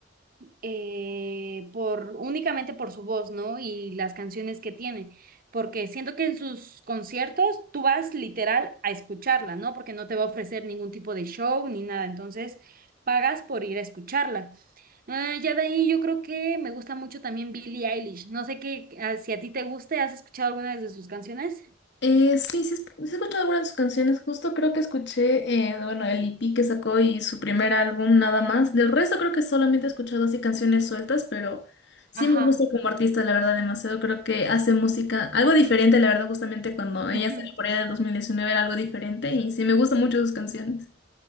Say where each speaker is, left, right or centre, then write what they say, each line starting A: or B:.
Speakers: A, on the right; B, on the left.
A: eh, por únicamente por su voz, ¿no? Y las canciones que tiene, porque siento que en sus conciertos tú vas literal a escucharla, ¿no? Porque no te va a ofrecer ningún tipo de show ni nada, entonces pagas por ir a escucharla. Eh, ya de ahí yo creo que me gusta mucho también Billie Eilish. No sé qué, ah, si a ti te guste, ¿has escuchado alguna de sus canciones?
B: Eh, sí, sí, he escuchado algunas de sus canciones. Justo creo que escuché, eh, bueno, el EP que sacó y su primer álbum nada más. Del resto creo que solamente he escuchado así canciones sueltas, pero sí
A: Ajá.
B: me gusta como artista, la verdad, demasiado. Creo que hace música algo diferente, la verdad, justamente cuando
A: <laughs>
B: ella salió por allá del 2019 era algo diferente y sí me gustan mucho sus canciones.